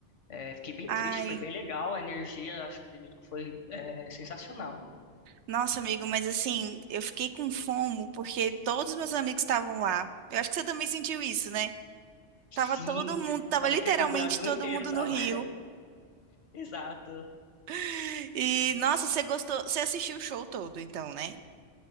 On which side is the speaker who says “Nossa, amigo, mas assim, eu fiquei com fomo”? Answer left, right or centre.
Right